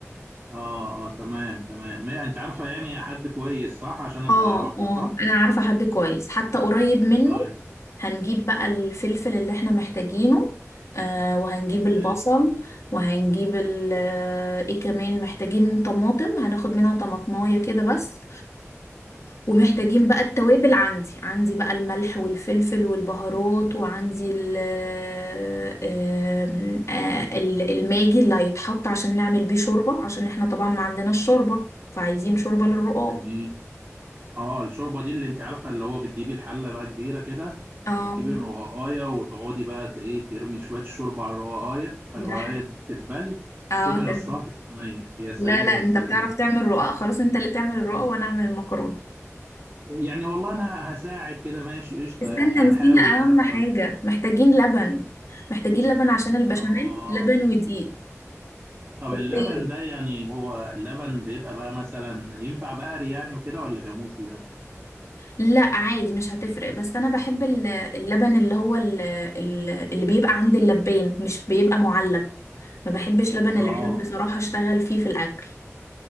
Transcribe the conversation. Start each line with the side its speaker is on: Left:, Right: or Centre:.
Right: اه اه تمام تمام ما انت عارفه يعني حد كويس صح عشان ابقى
Left: اه
Right: اروح
Left: اه
Right: له صح
Left: انا عارفة حد كويس حتى قريب منه
Right: طيب
Left: هنجيب بقى الفلفل اللي احنا محتاجينه آه وهنجيب
Right: تمام
Left: البصل وهنجيب ال آه، ايه كمان محتاجين طماطم هناخد منها طماطماية كده بس ومحتاجين بقى التوابل عندي عندي بقى الملح والفلفل والبهارات وعندي ال آه، آم، آه، ال- الماجي اللي هيتحط عشان نعمل بيه شوربة عشان احنا طبعا ما عندناش شوربة فعايزين شوربة للرقاق
Right: جميل اه الشوربه دي اللي انت عارفه اللي هو بتجيبي الحله بقى كبيره كده
Left: اه
Right: وتجيبي الرقاقايه وتقعدي بقى ت- ايه ترمي شويه الشوربه على الرقاقايه فالرقاقايه
Left: ده حق.
Right: تتبل
Left: اه
Right: وتقومي
Left: تمام
Right: رصاها في الصينيه يا سلام
Left: لا لا
Right: يا
Left: انت
Right: سلام
Left: بتعرف
Right: يا سلام
Left: تعمل رقاق خلاص انت اللي تعمل الرقاق وانا اعمل المكرونه
Right: يعني والله انا هساعد كده ماشي قشطه
Left: استنى
Right: يعني هنحاول
Left: نسينا اهم
Right: كده نطلع
Left: حاجه محتاجين لبن محتاجين لبن عشان البشاميل
Right: اه
Left: لبن ودقيق
Right: طب
Left: وبيض.
Right: اللبن ده يعني هو اللبن بيبقى بقى مثلا ينفع بقري يعني وكده ولا جاموسي بقى
Left: لا عادي مش هتفرق بس انا بحب ال- اللبن اللي هو ال- ال- اللي بيبقى عند اللبان مش بيبقى معلب ما بحبش لبن
Right: اه
Left: العلب بصراحه اشتغل فيه في الاكل